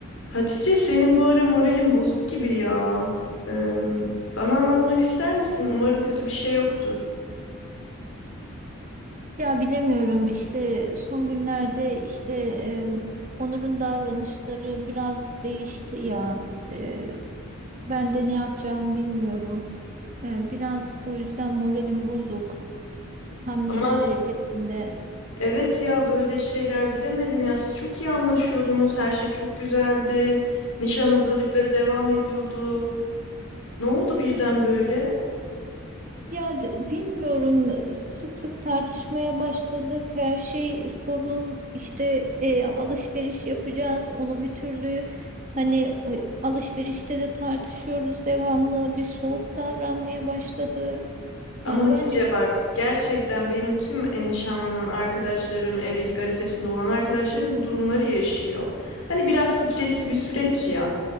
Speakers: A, on the left; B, on the right.
A: Hatice senin bu ara moralin bozuk gibi ya. Eee, bana anlatmak ister misin? Umarım kötü bir şey yoktur.
B: Ya bilemiyorum işte son günlerde işte e, Onur'un davranışları biraz değişti ya. E, ben de ne yapacağımı bilmiyorum. E, biraz o yüzden moralim bozuk. Hem
A: Ama
B: nişan arifesinde.
A: evet ya böyle şeyler bilemedim ya. Siz çok iyi anlaşıyordunuz. Her şey çok güzeldi. Nişan hazırlıkları devam ediyordu. Ne oldu birden böyle?
B: Ya de- bilmiyorum sık sık tartışmaya başladık. Her şey sorun işte e, alışveriş yapacağız. Onu bir türlü hani e, alışverişte de tartışıyoruz devamlı. Bir soğuk davranmaya başladı.
A: Ama
B: Yani
A: Hatice
B: ben de bir
A: bak gerçekten benim tüm e, nişanlanan arkadaşlarım, evlilik arifesinde olan arkadaşlarım bu durumları yaşıyor. Hani biraz stresli bir süreç ya.